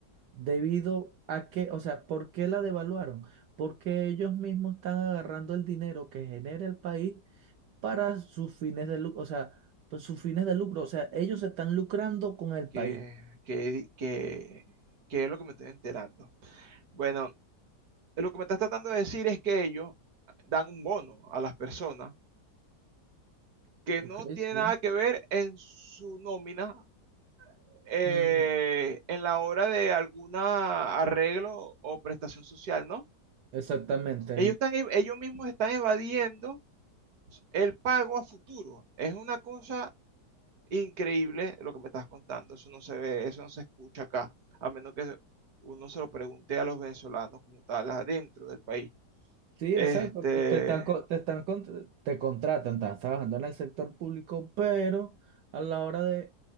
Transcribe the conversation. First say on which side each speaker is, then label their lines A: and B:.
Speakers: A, on the right; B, on the right.
A: Debido a que, o sea, ¿por qué la devaluaron? Porque ellos mismos están agarrando el dinero que genera el país para sus fines de lucro, o sea, pues, sus fines de lucro, o sea, ellos se están lucrando con el
B: que,
A: país.
B: que, que, que es lo que me estoy enterando. Bueno, Eh, Lo que me estás tratando de decir es que ellos dan un bono a las personas que
A: Ok,
B: no tiene
A: sí.
B: nada que ver en su nómina, eh,
A: Mm,
B: en la hora de algún arreglo o prestación social, ¿no?
A: exactamente.
B: Ellos están, ellos mismos están evadiendo el pago a futuro. Es una cosa increíble lo que me estás contando. Eso no se ve, eso no se escucha acá, a menos que uno se lo pregunte a los venezolanos como tal, adentro del país.
A: Sí,
B: Este,
A: exacto. Te te están, co- te están, con- te contratan, estás trabajando en el sector público, pero a la hora de,